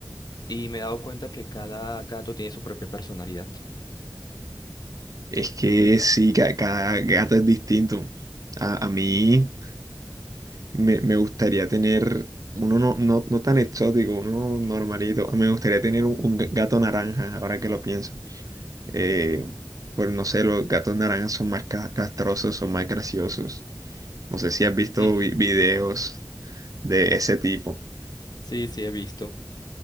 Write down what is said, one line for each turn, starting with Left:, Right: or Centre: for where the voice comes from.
Left: Y me he dado cuenta que cada gato tiene su propia personalidad.
Right: Es que sí, ca- cada, gato es distinto. A, a mí. Me, me gustaría tener uno no, no, no tan exótico, uno normalito. Me gustaría tener un, un gato naranja, ahora que lo pienso. Eh, pues no sé, los gatos naranjas son más ca- castrosos, son más graciosos. No sé si has visto
Left: <laughs>
Right: vi- videos de ese tipo.
Left: Sí, sí, he visto.